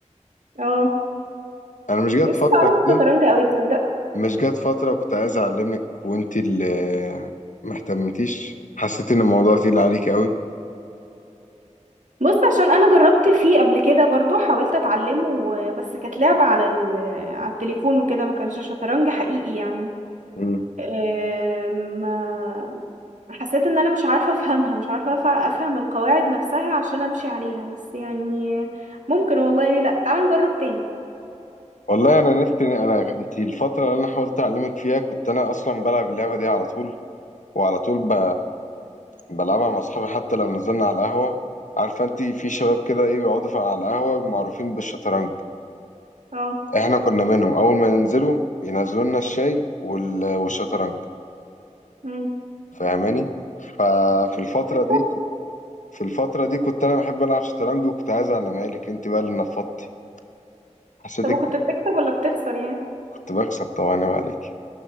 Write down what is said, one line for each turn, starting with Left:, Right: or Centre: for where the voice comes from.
Right: اه
Left: انا مش جات
Right: نفسي
Left: فتره
Right: اتعلم الشطرنج
Left: كده
Right: قوي تصدق
Left: مش جات فتره وكنت عايز اعلمك وانت اللي ما اهتمتيش حسيت ان الموضوع تقيل عليك قوي
Right: بص عشان انا جربت فيه قبل كده برضو حاولت اتعلمه بس كانت لعبه على ال... على التليفون وكده ما كانش شطرنج حقيقي يعني
Left: مم.
Right: آم، ما حسيت ان انا مش عارفة افهمها مش عارفة أف- افهم القواعد نفسها عشان امشي عليها بس يعني ممكن والله ليه لا تعال نجرب تاني
Left: والله انا نفت انا انت الفتره اللي انا حاولت اعلمك فيها كنت انا اصلا بلعب اللعبه دي على طول وعلى طول ب... بلعبها مع اصحابي حتى لو نزلنا على القهوه عارفه انت في شباب كده ايه بيقعدوا في- على القهوه معروفين بالشطرنج
Right: اه
Left: احنا كنا منهم اول ما ننزلوا ينزلوا لنا الشاي وال... والشطرنج
Right: مم.
Left: فاهماني ففي الفتره
Right: بتكسب
Left: دي كنت في الفتره دي كنت انا بحب العب شطرنج وكنت عايز اعلمها لك انت بقى اللي نفضتي حسيتك
Right: طب وكنت
Left: كنت
Right: بتكسب ولا بتخسر يعني
Left: كنت بكسب طبعا ما عليك